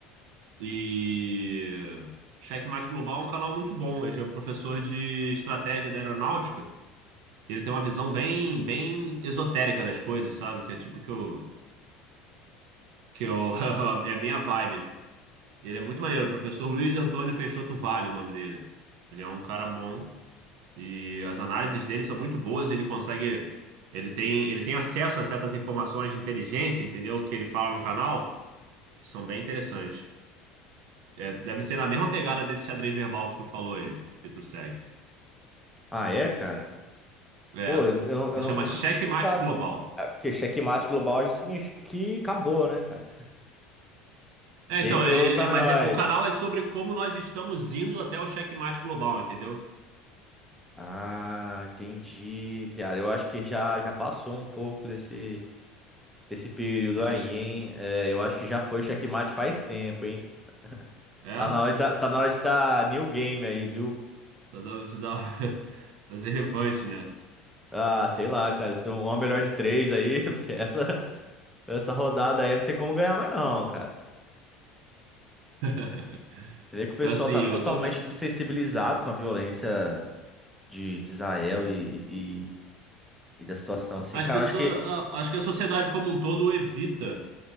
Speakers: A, on the right; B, in the centre.
A: E Xeque-mate Global é um canal muito bom, ele é um professor de estratégia da aeronáutica, ele tem uma visão bem, bem esotérica das coisas, sabe? Que é tipo que eu, que eu, <laughs> é a minha vibe. Ele é muito maneiro, o professor Luiz Antônio Peixoto Vale, é o nome dele. Ele é um cara bom e as análises dele são muito boas, ele consegue, ele tem, ele tem acesso a certas informações de inteligência, entendeu? Que ele fala no canal, que são bem interessantes. É, deve ser na mesma pegada desse xadrez verbal que tu falou aí, que tu segue.
B: Ah, é, cara?
A: É,
B: Pô, eu, não-
A: se
B: eu não-
A: chama
B: eu nunca
A: Checkmate
B: tinha escutado,
A: Global.
B: não. É porque checkmate global já significa que acabou, né, cara?
A: É,
B: Game
A: então, ele,
B: over pra
A: é, mas
B: nós.
A: é, o canal é sobre como nós estamos indo até o checkmate global, entendeu?
B: Ah, entendi, cara. Eu acho que já, já passou um pouco desse Esse período
A: A gente,
B: aí, hein? É, eu acho que já foi checkmate faz tempo, hein?
A: é,
B: Tá na hora de dar, tá na hora de dar new game aí, viu?
A: dá- dá- dá- <laughs> fazer revanche, né?
B: Ah, sei lá, cara. Se tem uma melhor de três aí, <laughs> porque essa, essa rodada aí não tem como ganhar mais, não, cara.
A: <laughs>
B: Você vê que o pessoal
A: Eu assim,
B: tá totalmente
A: eu tô vendo.
B: desensibilizado com a violência de, de Israel e, e, e da situação, assim.
A: As
B: Cara,
A: pessoas,
B: eu acho que.
A: a- acho que a sociedade como um todo evita,